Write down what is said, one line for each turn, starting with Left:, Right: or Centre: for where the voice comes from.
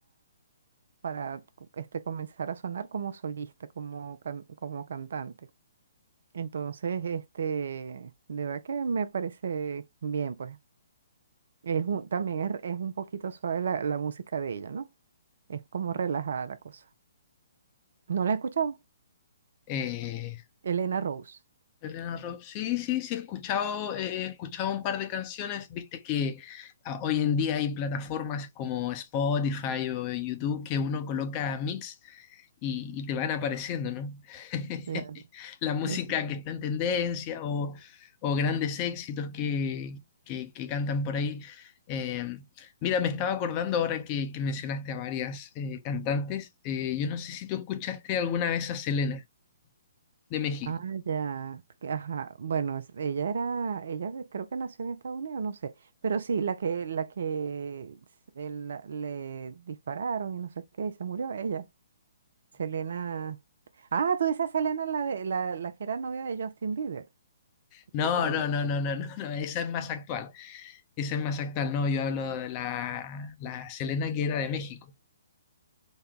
Right: para este, comenzar a sonar como solista, como, can- como cantante. Entonces, este, de verdad que me parece bien, pues. Es un- también es, es un poquito suave la, la música de ella, ¿no? Es como relajada la cosa. ¿No la he escuchado?
Left: eh,
Right: Elena Rose.
Left: Elena Rob, sí, sí, sí, he escuchado, eh, he escuchado un par de canciones, viste que ah, hoy en día hay plataformas como Spotify o YouTube que uno coloca mix y, y te van apareciendo, ¿no? <laughs>
Right: Claro,
Left: La música
Right: esa.
Left: que está en tendencia o, o grandes éxitos que, que, que cantan por ahí. Eh, mira, me estaba acordando ahora que, que mencionaste a varias eh, cantantes. Eh, yo no sé si tú escuchaste alguna vez a Selena de México.
Right: Ah, ya. que- Ajá. Bueno, es- ella era, ella creo que nació en Estados Unidos, no sé. Pero sí, la que, la que s- el- la- le dispararon y no sé qué, y se murió ella. Selena. Ah, tú dices Selena, la, de, la, la que era novia de Justin Bieber.
Left: No,
Right: ¿Qué Selena,
Left: no,
Right: muchacho?
Left: no, no, no, no, no, esa es más actual. Esa es más actual, no, yo hablo de la, la Selena que era de México,